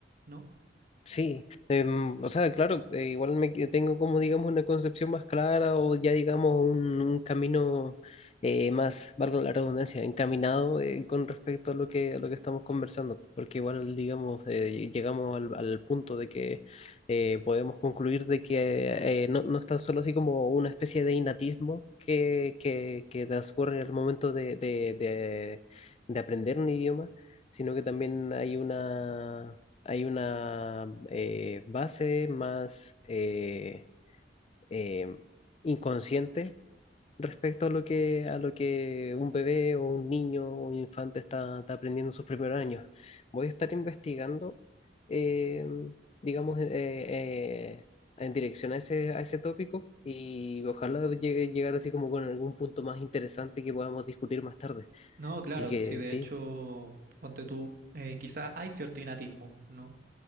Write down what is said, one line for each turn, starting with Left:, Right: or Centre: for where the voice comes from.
Right: ¿no?
Left: Sí, em, o sea, claro, eh, igual me que- tengo como, digamos, una concepción más clara o ya, digamos, un, un camino eh, más, valga la redundancia, encaminado eh, con respecto a lo que, a lo que estamos conversando, porque igual, digamos, eh, llegamos al, al punto de que eh, podemos concluir de que eh, no, no es tan solo así como una especie de innatismo que, que, que transcurre en el momento de, de, de, de aprender un idioma, sino que también hay una hay una eh, base más eh, eh, inconsciente respecto a lo que, a lo que un bebé o un niño o un infante está, está aprendiendo en sus primeros años. Voy a estar investigando, eh, digamos, eh, eh, en dirección a ese, a ese tópico y ojalá llegue, llegar así como con algún punto más interesante que podamos discutir más tarde.
Right: No, claro,
Left: Así que
Right: si de
Left: sí,
Right: hecho, ponte tú, eh, quizás hay cierto innatismo, ¿no?